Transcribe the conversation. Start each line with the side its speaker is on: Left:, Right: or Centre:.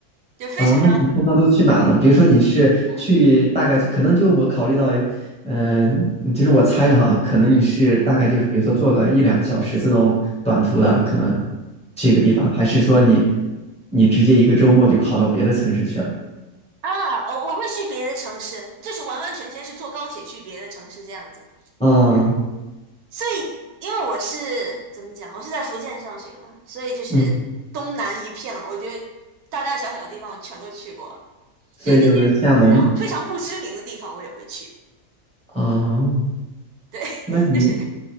Right: 就非常
Centre: 啊，呃那你通常都去哪呢？比如说你是去大概可能就我考虑到，
Right: 嗯
Centre: 嗯、就是我猜的哈，可能你是大概就是比如说坐个一两个小时这种短途的，
Right: 嗯
Centre: 可能去一个地方，还是说你你直接一个周末就跑到别的城市去了？
Right: 啊，我我会去别的城市，就是完完全全是坐高铁去别的城市这样子。
Centre: 啊，
Right: 所以，因为我是怎么讲，我是在福建上学嘛，所以就是东南一片了我觉得大大小小的地方我全都去过了
Centre: 嗯，所以就是厦门
Right: 就是那些非常非常不知名的地方我也会去。
Centre: 啊，
Right: 对，<laughs>
Centre: 那你
Right: 就是